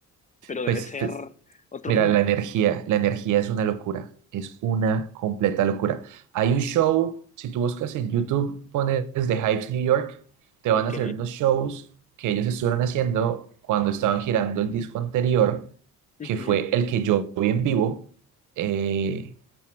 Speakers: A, on the left (about 25°); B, on the right (about 80°).
A: pero
B: pues,
A: debe ser
B: pues
A: otro
B: Mira,
A: mundo.
B: la energía, la energía es una locura, es una completa locura. Hay un show, si tú buscas en YouTube, pones The Hypes New York, te
A: Ok.
B: van a traer unos shows que ellos estuvieron haciendo cuando estaban girando el disco anterior,
A: ujú.
B: que fue el que yo vi en vivo, eh,